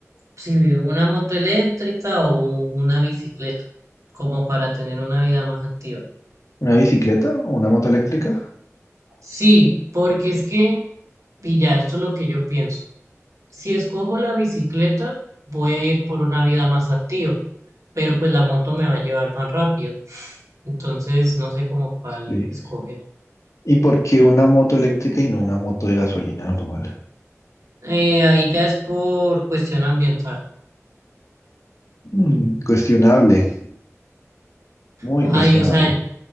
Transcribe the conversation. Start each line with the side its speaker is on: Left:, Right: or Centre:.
Right: si una moto eléctrica o un- una bicicleta, como para tener una vida más activa.
Left: ¿Una bicicleta o una moto eléctrica?
Right: Sí, porque es que, pilla, esto es lo que yo pienso. Si escojo la bicicleta, voy a ir por una vida más activa, pero pues la moto me va a llevar más rápido. Entonces, no sé cómo cuál
Left: Sí.
Right: escoger.
Left: ¿Y por qué una moto eléctrica y no una moto de gasolina normal?
Right: Eh, ahí ya es por cuestión ambiental.
Left: Mm, cuestionable, muy
Right: Ay,
Left: cuestionable.
Right: o sea,